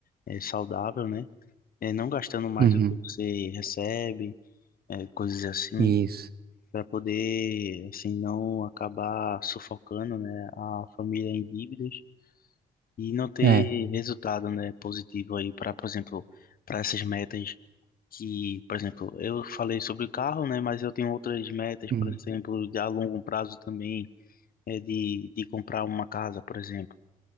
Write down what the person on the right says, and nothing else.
Uhum.
Isso.
É.
Uhum.